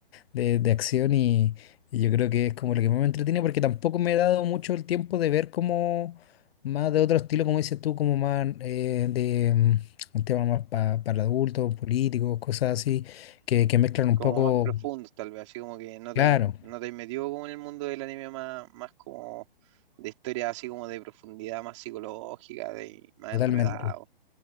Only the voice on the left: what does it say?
de, de acción y, y yo creo que es como lo que más me entretiene porque tampoco me he dado mucho el tiempo de ver como más de otro estilo, como dices tú, como más eh, de mm, un tema más pa- para adultos, políticos, cosas así, que, que mezclan un
poco,
claro,
totalmente.